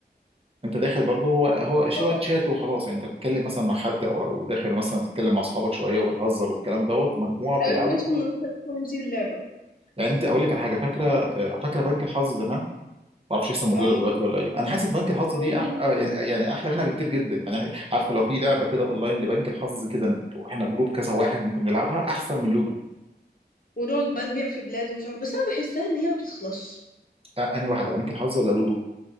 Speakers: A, on the right (about 30°); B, on the left (about 55°).
A: انت داخل برضه هو هو شويه
B: اه
A: شات وخلاص يعني انت بتتكلم مثلا مع حد او أو داخل مثلا تتكلم مع اصحابك شويه وبتهزر والكلام دوت مجموعه بتلعبوا
B: ايوه احنا بندخل
A: وخلاص
B: نقطة ونسيب اللعبة
A: يعني انت هقول لك على حاجه فاكره آه، فاكره بنك الحظ زمان ما اعرفش لسه موجوده
B: اه
A: دلوقتي ولا ايه انا حاسس بنك الحظ
B: موجود
A: دي أح... آه يعني يعني احلى منها بكتير جدا يعني عارفه لو في لعبه كده اونلاين لبنك الحظ كده واحنا جروب كذا واحد ممكن نلعبها احسن من لودو
B: ونقعد بقى نبيع في بلاد ومش عارف بس انا بحسها ان هي ما بتخلصش
A: آه انهي واحده بنك الحظ ولا لودو